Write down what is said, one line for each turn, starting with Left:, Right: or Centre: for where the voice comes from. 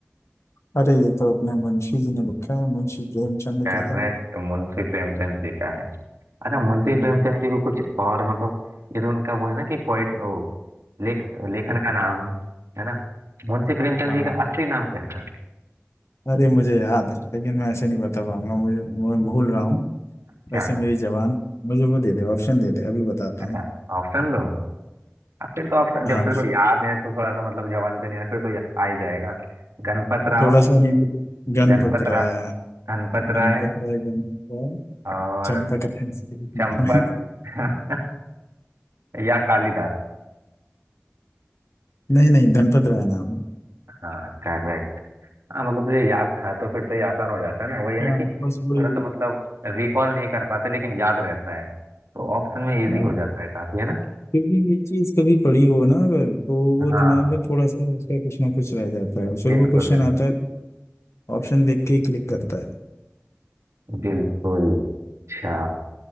Left: अरे ये तो अपने मुंशी जी ने लिखा है मुंशी प्रेमचंद
Right: करेक्ट
Left: का है
Right: मुंशी प्रेमचंद जी का है अच्छा मुंशी
Left: हम्म,
Right: प्रेमचंद जी को कुछ और मतलब ये तो उनका वो है ना कि पोइट वो लेख लेखन का नाम है है ना मुंशी प्रेमचंद
Left: हाँ हाँ,
Right: जी का असली नाम क्या था
Left: अरे मुझे याद है लेकिन मैं ऐसे नहीं बता पाऊंगा मुझे मैं भूल रहा हूँ
Right: क्या
Left: वैसे मेरी जबान मुझे वो दे दे ऑप्शन दे दे अभी बताता
Right: अच्छा
Left: हूँ
Right: ऑप्शन दो अब फिर तो ऑप्शन
Left: हाँ
Right: जब तेरे
Left: option।
Right: को याद है तो थोड़ा सा मतलब जवान पे नहीं आया, फिर तो या- आ ही जाएगा गणपत राव
Left: थोड़ा सा हिंट गणपत
Right: गणपत
Left: राय
Right: रा धनपत
Left: गणपत
Right: राय
Left: राय गणपत राय
Right: और
Left: चंपक राय इसके नाम
Right: चंपक
Left: है।
Right: <laughs> या कालिदास
Left: नहीं नहीं धनपत राय नाम है
Right: हाँ करेक्ट हाँ मतलब तुझे याद था तो फिर तो ये आसान हो जाता है ना वही है
Left: हाँ
Right: ना कि थोड़ा
Left: बस वही
Right: सा मतलब रिकॉल नहीं कर पाते लेकिन याद रहता है तो ऑप्शन में इजी
Left: हाँ,
Right: हो जाता है काफी है ना
Left: क्योंकि ये चीज कभी पड़ी हो ना अगर तो वो
Right: हाँ
Left: दिमाग में थोड़ा सा उसका कुछ ना कुछ रह जाता है फिर
Right: बिल्कुल
Left: वो क्वेश्चन
Right: बिल्कुल
Left: आता है ऑप्शन देख के क्लिक करता है
Right: बिल्कुल अच्छा